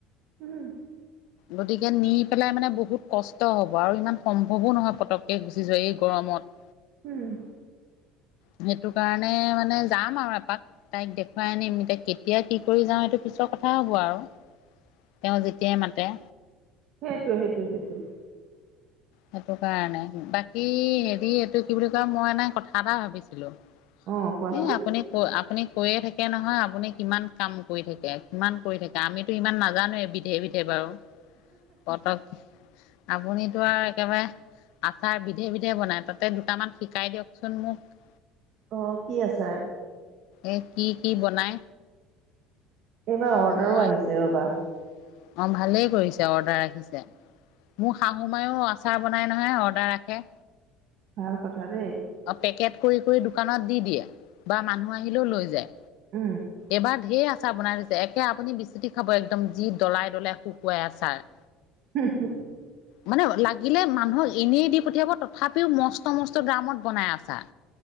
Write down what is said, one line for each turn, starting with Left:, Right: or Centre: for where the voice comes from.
Right: উম।
Left: গতিকে নি পেলাই মানে বহুত কষ্ট। হ'ব আৰু ইমান সম্ভৱো নহয়। পতককে গুচি যোৱা এই গৰমত।
Right: উম।
Left: <unintelligible> সেইটো কাৰণে মানে যাম আৰু এপাক তাইক দেখুৱাই আনিম এতিয়া কেতিয়া কি কৰি যাওঁ সেইটো পিছৰ কথা কথা হ'ব আৰু তেওঁ যেতিয়াই মাতে।
Right: সেইটোয়ে, সেইটোয়ে, সেইটোয়ে।
Left: সেইটো কাৰণে বাকী হেৰি এইটো কি বুলি কয় মই এনে কথা এটা ভাবিছিলো।
Right: অ কোৱাচোন।
Left: এই, আপুনি ক আপুনি কৈয়ে থাকে নহয়। আপুনি কিমান কাম কৰি থাকে কিমান কৰি থাকে আমিতো ইমান নাজানোৱে বিধে বিধে। সেই বাৰু কতক আপুনিতো আৰু একেবাৰে আচাৰ বিধে বিধে বনাই তাতে দুটামান শিকাই দিয়কচোন মোক।
Right: অ', কি আচাৰ
Left: এ, কি, কি বনাই
Right: এইবাৰ অৰ্ডাৰো
Left: মই
Right: আহিছে
Left: অ',
Right: ৰবা
Left: ভালেই কৰিছোঁ অৰ্ডাৰ ৰাখিছে মোৰ শাহু মায়ও আচাৰ বনাই নহয় অৰ্ডাৰ ৰাখে।
Right: ভাল কথা ৰে।
Left: অ', পেকেট কৰি কৰি দোকানত দি দিয়ে বা মানুহ আহিলেও লৈ যায়
Right: অ
Left: এবাৰ ঢেৰ আছে আচাৰ বনাই থৈছে। একে আপুনি বিসুতি খাব একদম যি দলাই ডলাই শুকুৱাই আচাৰ।
Right: হ <unintelligible>
Left: মানে লাগিলে মানুহক এনেই দি পঠিয়াব তথাপিও মস্ত মস্ত দামত বনাই আছাৰ।